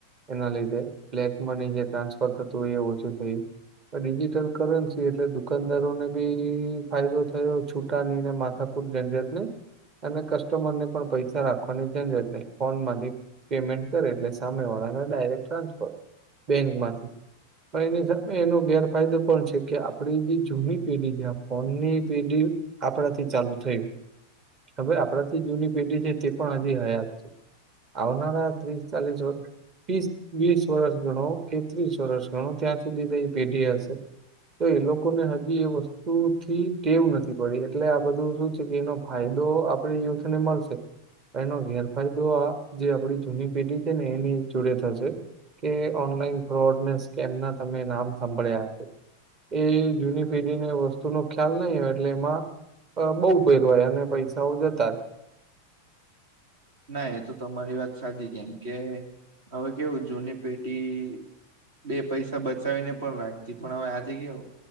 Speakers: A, on the right; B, on the right.
A: એના લીધે બ્લેક મની જે ટ્રાન્સફર થતુંય એ ઓછું થયું ડિજીિટલ કરન્સી એટલે દુકાનદારો ને બી ફાયદો થયો છૂટાની ને માથાકૂટ ઝંઝટ નહીં અને કસ્ટમર ને પણ પૈસા રાખ વાની ઝંઝટ નહી ફોન માંથી પેમેન્ટ કરે એટલે સામે વાળાને ડાયરેક્ટ ટ્રાન્સફર બેંક માંથી પણ એની સા એનો ગેરફાયદો પણ છે કે આપડી જે જૂની પેઢી જ્યાં ફોનની પેઢી આપણાથી ચાલુ થયું. હવે આપણાથી જૂની પેઢી છે તે પણ હજી હયાત છે. આવનારા ત્રીસ ચાલીસ વર વીસ વીસ વર્ષ ગણો કે ત્રીસ વર્ષ ગણો ત્યાં સુધી પેઢી હશે તો એ લોક લોકો ને હજી એ વસ્તુ થી ટેવ નથી પડી એટલે આ બધું શું છે કે એનો ફાયદો આપણે યુથ ને મળશે. એનો ગેરફાયદો આ જે આપડી જૂની પેઢી છે ને એની જોડે થશે કે ઓનલાઈન ફોડને સ્કેમ ના તમે નામ સાભળ્યા હશે એ જૂની પેઢીને વસ્તુ શ નું ખ્યાલ નહી હોય એટલે એમાં અ બહુ ભેરવાય અને પૈસાઓ જતા જ
B: ના એ તો તમારી વાત સાચી કેમ કે હવે કેવું જૂની પેટી બે પૈસા બચાવીને પણ રાખતી પણ હવે આજ કેવું